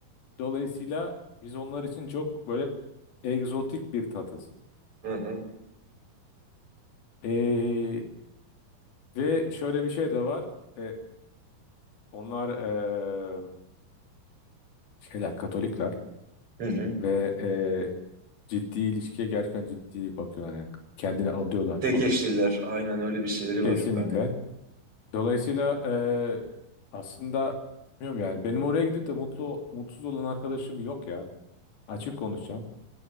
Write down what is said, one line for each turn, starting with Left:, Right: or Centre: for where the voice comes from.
Left: Dolayısıyla biz onlar için çok böyle egzotik bir tatız.
Right: Hı hı.
Left: E, ve şöyle bir şey de var. E, onlar e, şeyler Katolikler.
Right: Hı hı.
Left: Ve e, ciddi ilişkiye gerçekten ciddi bakıyorlar yani kendini adıyorlar
Right: Tek
Left: falan.
Right: eşliler, aynen öyle bir şeyleri
Left: Kesinlikle.
Right: var. Hani
Left: Dolayısıyla e, aslında bilmiyorum yani benim oraya gidip de mutlu mutsuz olan arkadaşım yok ya. Açık konuşacağım.